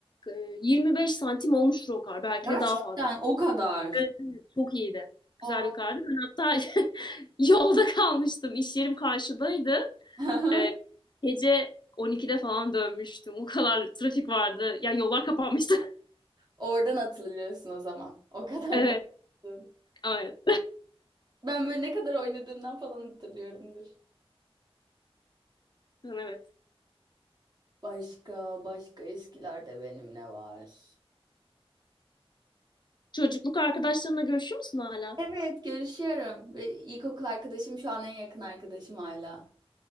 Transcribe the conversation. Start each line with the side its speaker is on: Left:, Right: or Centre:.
Left: e, 25 santim olmuştur o kar. Belki
Right: Gerçekten
Left: de daha fazla.
Right: o kadar.
Left: Evet, evet. Çok iyiydi. Güzel
Right: Aa.
Left: bir kardı. Ben hatta <laughs> yolda kalmıştım. İş yerim karşıdaydı.
Right: <laughs>
Left: E, gece 12'de falan dönmüştüm. O kadar trafik vardı. Ya yollar kapanmıştı. <laughs>
Right: Oradan hatırlıyorsun o zaman. O kadar.
Left: Evet,
Right: kalsın.
Left: evet.
Right: Ben böyle ne kadar oynadığımdan falan hatırlıyorumdur.
Left: Evet.
Right: Başka, başka eskilerde benim ne var?
Left: Çocukluk arkadaşlarınla görüşüyor musun hala?
Right: Evet, görüşüyorum. Ve İlkokul arkadaşım şu an en yakın arkadaşım hala.